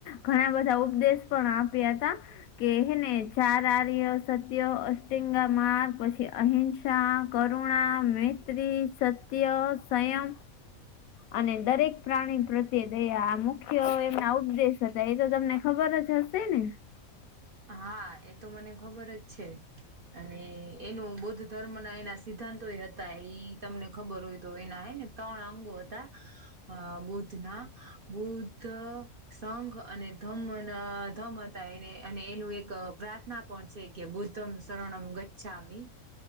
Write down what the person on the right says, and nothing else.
હા એ તો મને ખબર જ છે. અને એનું બૌદ્ધ ધર્મ ના એના સિદ્ધાંતો એ હતા ઈ તમને ખબર હોય તો એના હે ને. ત્રણ અંગો હતા અ બુધના બુધ્ધ સંઘ અને ધમ્મ ધમ હતા એને અને એનું એક પ્રાર્થના પણ છે કે બુદ્ધમ શરણમ ગછામી